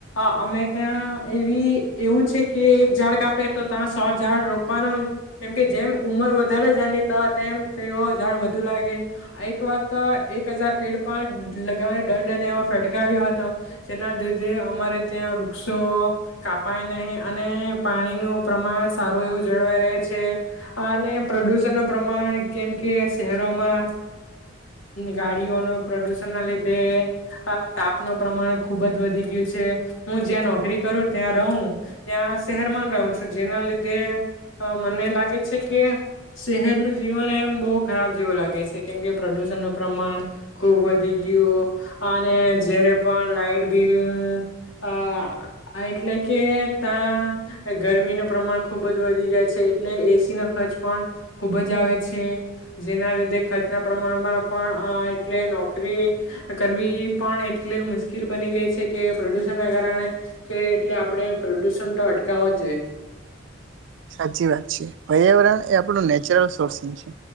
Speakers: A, on the left; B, on the right.
A: અમે ત્યાં એવી એવું છે કે એક ઝાડ કાપે તો ત્યાં સો ઝાડ રોપવાનો કેમકે જેમ ઉંમર વધારે જની તો તેમ તેઓ ઝાડ વધુ લાગે એક વાર તો એક હજાર પેડ પણ લગાવને દંડને એ ફટકાવ્યો હતો જેના લીધે અમારે. ત્યાં વૃક્ષો કાપાય નહીં અને પાણીનું પ્રમાણ સારું એવું જળવાઈ રહે છે, અને પ્રદૂષણનું પ્રમાણ કેમ, કે શહેરોમાં ગાડીઓનું પ્રદુષણના લીધે તાપનું પ્રમાણ ખૂબજ વધી ગયું છે. હું, જ્યાં નોકરી કરું ત્યાં રહું ત્યાં શહેરમાં રહું છું, જેના લીધે મને લાગે છે કે શહેરનું જીવન એમ બહુ ખરાબ જેવું લાગે છે, કેમ કે પ્રદુષણ નું પ્રમાણ ખુબ વધી ગયું અને જારે પણ લાાઈટ બિલ. અ એટલે કે ત્યા ગરમીનું પ્રમાણ ખુબ જ વધી જાય છે, એટલે એસી ન ખર્ચ પણ ખુબજ આવે છે, જેના લીધે ખર્ચના પ્રમાણમાં પણ એટલે નોકરી કરવી પણ એટલી મુશ્કેલ બની જાય છે કેુ. ના કારણે કે, એટલે આપણે પ્રદુષણ તો અટકાવ જોઈએ.
B: સાચી વાત છે પર્યાવરણ એ આપણું નેચરલ સોર્સન છે,